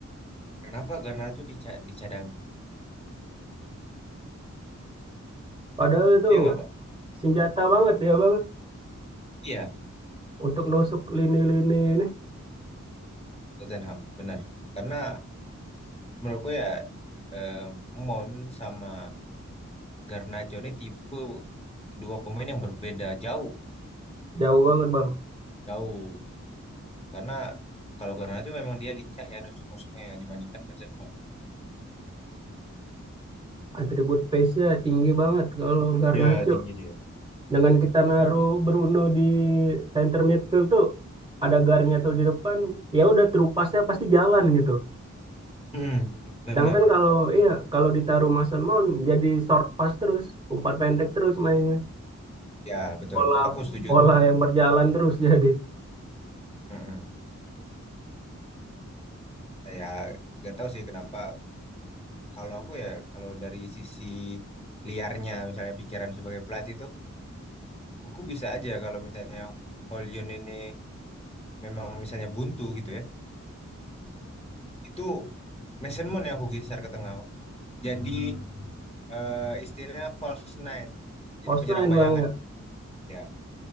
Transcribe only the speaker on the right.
Padahal itu
senjata banget ya bang.
Untuk nusuk lini-lini ini
jauh banget bang.
Atribut pace-nya tinggi banget kalau Garnacho.
Dengan kita naruh Bruno di center midfield tuh ada garnya tuh di depan, ya udah true pass-nya pasti jalan gitu.
Sedangkan kalau iya kalau ditaruh Mason Mount jadi short pass terus, umpan pendek terus mainnya.
Pola
pola yang berjalan terus <laughs> jadi
pos
9
bang,